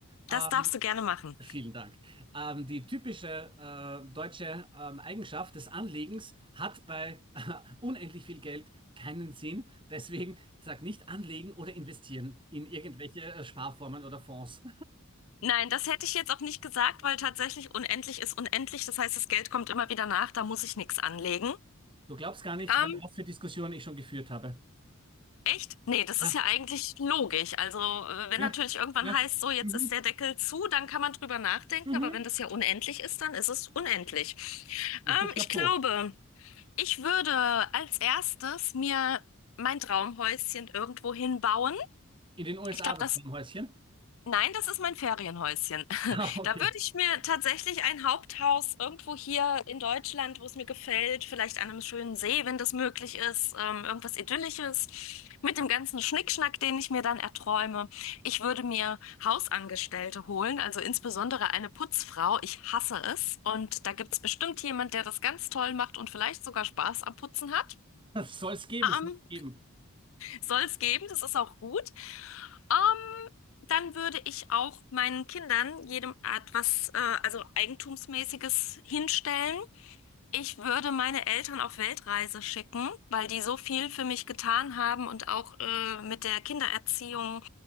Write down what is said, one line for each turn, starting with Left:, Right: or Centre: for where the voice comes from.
Right: Ähm,
Left: Das darfst du gerne machen.
Right: Vielen Dank. Ähm, die typische äh, deutsche ähm, Eigenschaft des Anlegens hat bei <laughs> unendlich viel Geld keinen Sinn. Deswegen sag nicht anlegen oder investieren in irgendwelche äh, Sparformen oder Fonds.
Left: Nein, das hätte ich jetzt auch nicht gesagt, weil tatsächlich unendlich ist unendlich. Das heißt, das Geld kommt immer wieder nach. Da muss ich nichts anlegen.
Right: Du glaubst gar nicht,
Left: Ähm,
Right: wel- was für Diskussionen ich schon geführt habe.
Left: echt? Nee, das
Right: Ja,
Left: ist ja eigentlich logisch. Also, äh, wenn
Right: ja,
Left: natürlich irgendwann
Right: ja.
Left: heißt, so, jetzt
Right: Mhm,
Left: ist der Deckel zu, dann kann man drüber nachdenken.
Right: mhm.
Left: Aber wenn das ja unendlich ist, dann ist es unendlich.
Right: Bist
Left: Ähm,
Right: du Chapeau?
Left: ich glaube. Ich würde als erstes mir mein Traumhäuschen irgendwo hinbauen.
Right: In den USA
Left: Ich glaube,
Right: das
Left: das,
Right: Häuschen? <laughs>
Left: nein, das ist mein Ferienhäuschen. <laughs>
Right: Ah, okay.
Left: Da würde ich mir tatsächlich ein Haupthaus irgendwo hier in Deutschland, wo es mir gefällt, vielleicht an einem schönen See, wenn das möglich ist, ähm, irgendwas Idyllisches, mit dem ganzen Schnickschnack, den ich mir dann erträume. Ich würde mir Hausangestellte holen, also insbesondere eine Putzfrau. Ich hasse es. Und da gibt es bestimmt jemand, der das ganz toll macht und vielleicht sogar Spaß am Putzen hat.
Right: Das soll es geben,
Left: Ähm,
Right: soll es geben.
Left: soll es geben, das ist auch gut. Ähm, dann würde ich auch meinen Kindern jedem Art was, äh, also Eigentumsmäßiges hinstellen. Ich würde meine Eltern auf Weltreise schicken, weil die so viel für mich getan haben und auch äh, mit der Kindererziehung